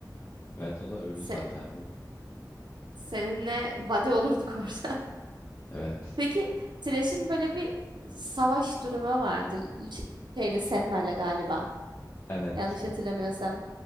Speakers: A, on the left; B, on the right.
A: Evet o da ölü
B: Se-
A: zaten ruh.
B: seninle buddy olurduk orada.
A: Evet.
B: Peki Thresh'in böyle bir savaş durumu vardı. Şeyle Senna'yla galiba.
A: Evet.
B: Yanlış hatırlamıyorsam.